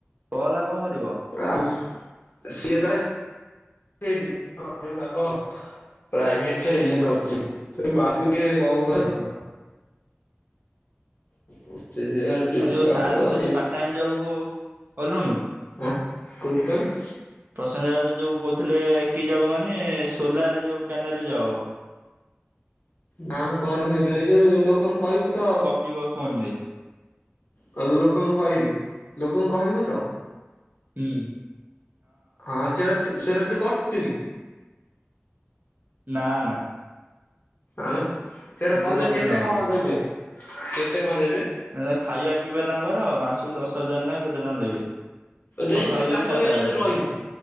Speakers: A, on the right; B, on the left.
A: କ ହେଲା କଣ କରିବ?
B: ଆଉ ସିଏ ପା <unintelligible> ପ୍ରାଇଭେଟ ରେ ଇଏ କରିଚି। <unintelligible>
A: ଓହୋ
B: <unintelligible>
A: ଆଉ ଯୋଉ ସାର୍ କହିଲେ ଯୋଉ ପାର୍ଟ ଟାଇମ ଜବ କୁ କଲୁଣୁ?
B: ଆ କଉଠି କହନି?
A: ପ୍ରଶାନ୍ତ ଦାଦା ଯୋଉ କୋଉଥିଲେ କି ଜବ ମାନେ ସୋଲାର ଯୋଉ ପ୍ୟାନେଲ ଜବ।
B: ନା ମୁଁ କରିନି ତ ଏଇ ଯୋଉ ଲୋକଙ୍କୁ କଇବୁ ତ
A: ପିବ ଫୋନ ରେ
B: କହିବୁ ଲୋକଙ୍କୁ କହିବୁ ଲୋକଙ୍କୁ କହିବୁ ତ?
A: ହୁଁ।
B: ହଁ ସେଟା ତୁ ସେଟା ତୁ କରଚୁ କି?
A: ନା ନା।
B: ଆଉ ସେରା
A: ମୁଁ ତୁ
B: କଲେ
A: କରୁଛୁ
B: କେତେ
A: ନା
B: କଣ ଦେବେ କେତେ କଣ ଦେବେ?
A: ମେନ ହେଲା ଖାଇବା ପିଇବା ତାଙ୍କର ଆଉ ମାସକୁ ଦଶ ହଜାର ନା କେତେ ଟଙ୍କା ଦେବେ। ସକାଳୁ
B: ଯାଇଙ୍କି ସେ
A: ଯିବୁ
B: ତାଙ୍କ
A: ଚାରିଟା
B: ଇଏ
A: ବେଳେ
B: କତିରେ
A: ଆସିବୁ
B: ରଇବୁ